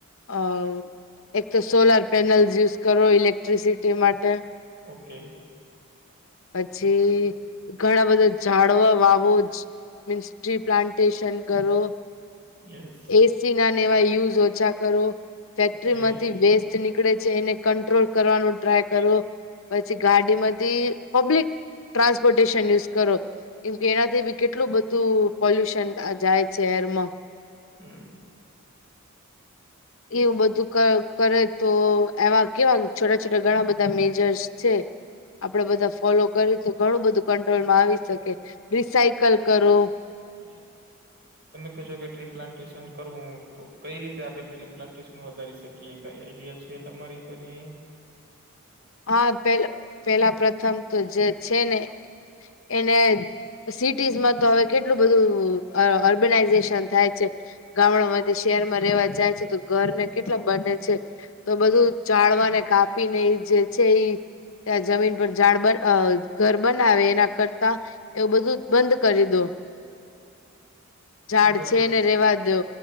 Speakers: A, on the left (about 60°); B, on the right (about 45°).
A: અવ. એક તો સોલાર પેનલ યુઝ કરો ઇલેક્ટ્રિસિટી માટે.
B: ઓકે.
A: પછી ઘણા બધા ઝાડવા વાવ રોજ મીન્સ ટ્રી પ્લાન્ટેશન કરો.
B: યસ.
A: પીસી ના ને એવા યુઝ ઓછા કરો. ફેક્ટરી
B: કે
A: માંથી વેસ્ટ ની નીકળે છે એને કટ્રોલ કરવાનું ટ્રાય કરો. પછી ગાડીમાંથી પબ્લિક ટ્રાસપોર્ટેશન યુઝ કરો. કેમકે એનાથી બી કેટલું બધું પોલ્યુશન જાય છે. એરમાં.
B: હમ્મ.
A: <inaudible> એવું બધું ક કરે તો એવા કેવા છોટા છોટા ઘણા બધા મેજર્સ છે. આપડે બધા ફોલો કરી તો ઘણું બધું કંટ્રોલમાં આવી શકે. રિસાયકલ કરો
B: <inaudible> તમે કેશો કે ટ્રી પ્લાન્ટેશન કરવું તો કઈ રીતે આપણે ટ્રી પ્લાન્ટેશન વધારી શકીએ? કે કઈ આઈડિયા છે તમારી તરે.
A: હા પે પેલા પ્રથમ તો જે છે ને એને. સિટીઝમાં તો હવે કેટલું બધું અ અર્બેનાઈઝેશન થાય છે. ગામડા માંથી શહેરમાં રહેવા જાય છે. તો ઘરને કેટલા બને છે. તો બધું જાળવાને કાપીને એ જે છે ઈ. ત્યાં જમીન પર ઝાડ બ અ ઘર બનાવે એના કરતા એવું બધું બંધ કરી દો. ઝાડ
B: ઘર
A: છે એને રેવા દો